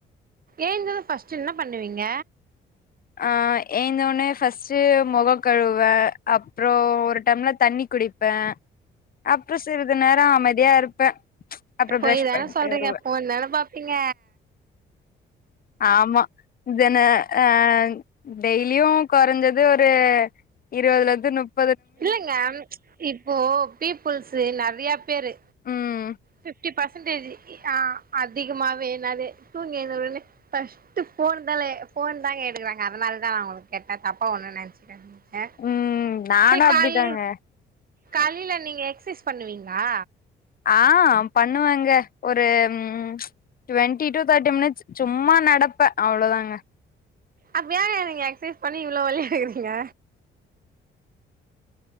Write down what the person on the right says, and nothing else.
ஏந்தது ஃபர்ஸ்ட்டு என்ன பண்ணுவீங்க
பொய்
தான
சொல்றீங்க
ஃபோன் தான பாப்பீங்க
இல்லங்க இப்போ பீப்புள்ஸு நெறையா பேரு
பிப்டி பர்சன்டேஜ் ஆ அதிகமாவே என்னாது தூங்கி ஏந்த உடனே ஃபர்ஸ்ட் போன் தாலே ஃபோன் தாங்க எடுக்றாங்க அதனாலதா நா ஒங்கள கேட்ட தப்பா ஒண்ண நெனச்சிக்காதிங் க
சேரி
கால் காலில நீங்க எக்சைஸ் பண்ணுவீங்களா
அப்ப ஏங்க நீங்க எக்சைஸ் பண்ணி இவ்ளோ ஒல்லியா இருக்கிறீங்க